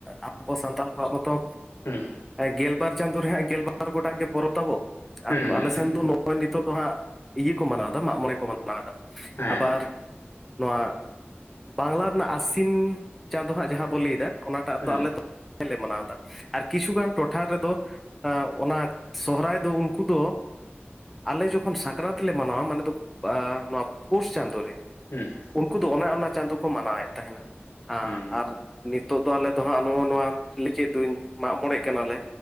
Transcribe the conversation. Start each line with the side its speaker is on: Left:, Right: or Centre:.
Centre: ᱟᱵᱚ ᱥᱟᱱᱛᱟᱲ ᱠᱚᱣᱟᱜ ᱦᱚᱸᱛᱚ
Left: ᱦᱮᱸ
Centre: ᱜᱮᱞᱵᱟᱨ ᱪᱟᱸᱫᱳ ᱨᱮᱦ ᱦᱟᱜ ᱜᱮᱞᱵᱟᱨ ᱜᱚᱴᱟᱝ ᱜᱮ ᱯᱚᱨᱚᱵᱽ ᱛᱟᱵᱚ
Left: ᱦᱩᱸ
Centre: ᱟᱞᱮ
Left: ᱦᱩᱸ
Centre: ᱥᱮᱱ ᱫᱚ ᱱᱚᱜᱼᱚᱭ ᱱᱤᱛᱚᱜ ᱫᱚ ᱦᱟᱸᱜ ᱤᱭᱟᱹ ᱠᱚ ᱢᱟᱱᱟᱣᱫᱟ ᱢᱟᱜᱽ ᱢᱚᱬᱮ ᱠᱚ ᱢᱟᱱᱟᱣᱫᱟ
Left: ᱦᱮᱸ
Centre: ᱟᱵᱟᱨ ᱱᱚᱣᱟ ᱵᱟᱝᱞᱟ ᱨᱮᱱᱟᱜ ᱟᱥᱤᱱ ᱪᱟᱸᱫᱳ ᱦᱟᱸᱜ ᱡᱟᱦᱟᱸ ᱵᱚᱱ ᱞᱟᱹᱭᱫᱟ ᱚᱱᱟᱴᱟᱜ
Left: ᱦᱮᱸ
Centre: ᱛᱚ ᱟᱞᱮ ᱫᱚ ᱞᱮ ᱢᱟᱱᱟᱣᱫᱟ ᱟᱨ ᱠᱤᱪᱷᱩᱜᱟᱱ ᱴᱚᱴᱷᱟ ᱨᱮᱫᱚ ᱚᱱᱟ ᱥᱚᱦᱨᱟᱭ ᱫᱚ ᱩᱱᱠᱩ ᱫᱚ ᱟᱞᱮ ᱡᱚᱠᱷᱚᱱ ᱥᱟᱠᱨᱟᱛ ᱞᱮ ᱢᱟᱱᱟᱣᱟ ᱢᱟᱱᱮ ᱫᱚ ᱱᱚᱣᱟ ᱯᱳᱥ ᱪᱟᱸᱫᱳ ᱨᱮ
Left: ᱦᱮᱸ
Centre: ᱩᱱᱠᱩ ᱫᱚ ᱚᱱᱮ ᱚᱱᱟ ᱪᱟᱸᱫᱚ ᱠᱚ ᱢᱟᱱᱟᱣᱮᱫ ᱛᱟᱦᱮᱱᱟ
Left: ᱦᱩᱸ ᱦᱩᱸ
Centre: ᱟᱨ ᱱᱤᱛᱚᱜ ᱫᱚ ᱟᱞᱮ ᱫᱚ ᱦᱟᱸᱜ ᱱᱚᱜᱼᱚ ᱱᱚᱣᱟ ᱞᱮᱠᱮᱫ ᱫᱩᱧ ᱢᱟᱜᱽ ᱢᱚᱬᱮᱜ ᱠᱟᱱᱟᱞᱮ